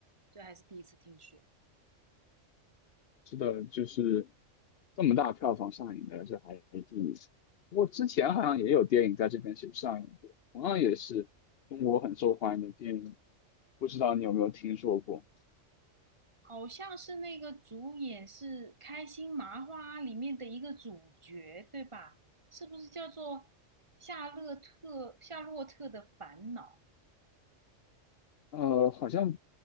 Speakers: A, on the right; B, on the left.
A: 就还是第一次听说，
B: 是的，就是这么大票房上映的，这还是第一次。不过之前好像也有电影在这边是有上映过，同样也是中国很受欢迎的电影，不知道你有没有听说过？
A: 好像是那个主演是《开心麻花》里面的一个主角，对吧？是不是叫做夏洛特夏洛特的烦恼？
B: 呃，好像